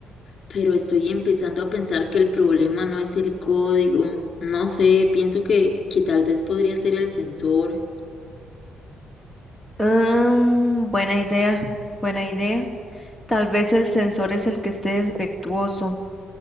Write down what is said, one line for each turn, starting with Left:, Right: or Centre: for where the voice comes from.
Left: pero estoy empezando a pensar que el problema no es el código. No sé, pienso que, que tal vez podría ser el sensor.
Centre: Mm, buena idea, buena idea. Tal vez el sensor es el que esté defectuoso.